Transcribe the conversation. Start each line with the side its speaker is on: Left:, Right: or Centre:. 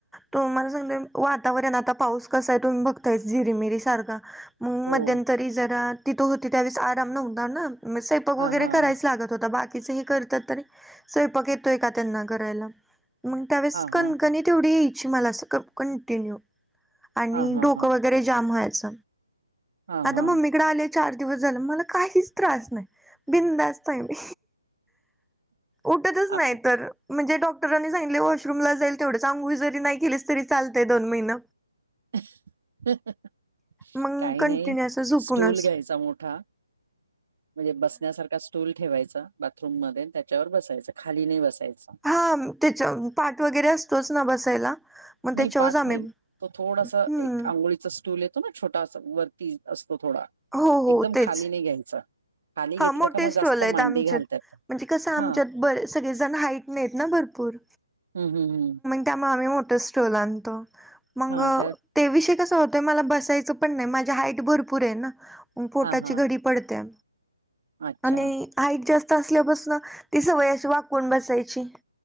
Centre: तुम्हाला सांगते वातावरण आता पाऊस कसा आहे तुम्ही बघतायस झिरीमरी सारखा मग
Right: हो.
Centre: मध्यंतरी जरा तिथं होती त्यावेळेस आराम नव्हता ना स्वपाक वगैरे
Right: हां, हां.
Centre: करायच लागत होता बाकीच हे करतात तरी स्वयपाक येतोय का त्यांना करायला. मग त्यावेळेस
Right: हां,
Centre: कणकणी
Right: हां.
Centre: तेवढी यायची मला अस कंटिन्यू आणि
Right: हां, हां,
Centre: डोक
Right: हां.
Centre: वगै वगैरे जाम व्हायच
Right: हां,
Centre: आता
Right: हां.
Centre: मम्मीकडे आले चार दिवस झालं मला काहीच त्रास नाही बिनधास्त नाही मी उठतच
Right: आप
Centre: नाही तर म्हणजे डॉक्टरांनी सांगितलय वॉशरूमला जाईल तेवढंच अंघोळ जरी नाई केलीस तरी चालतंय दोन महिन.
Right: <unintelligible>
Centre: मग
Right: काही
Centre: कंटिन्यू
Right: नाही
Centre: असं झोपूनच
Right: स्टूल घ्यायचा मोठा म्हणजे बसण्यासारखा स् टूल ठेवायचा बाथरूम मध्ये त्याच्यावर बसायचं. खाली नाही बसायचं.
Centre: हा त्याच्या पाठ वगैरे असतोच ना बसायला. मग
Right: नाही
Centre: त्याच्यावरच
Right: पाठ नाही
Centre: आम्ही
Right: तो थोडासा
Centre: हम्म
Right: एक अंघोळीचा स्टूल येतो ना छोटा असा वरती असतो थोडा.
Centre: हो
Right: एकदम
Centre: हो तेच
Right: खाली नाही घ्यायचा. खाली घेतलं
Centre: हा मोठे
Right: का मग जास्त
Centre: स्टूल आहेत
Right: मांडी
Centre: आमच्यात.
Right: घालतात
Centre: म्हणजे कस आमच्यात
Right: हा
Centre: ब सगळेजण हाईट ने आहेत ना भरपूर.
Right: हम्म, हम्, हम्.
Centre: त्यामुळ आम्ही मोठ स्टूल आणतो. मग
Right: हा तर
Centre: ते विषय कसा होतोय. मला बसायचं पण नाही. माझी हाईट भरपूर हे ना. म पोटाची
Right: हा हा
Centre: घडी पडत्या.
Right: अच्छा
Centre: आणि हाईट जास्त असल्यापासन ती सवय अशी वाकून बसायची.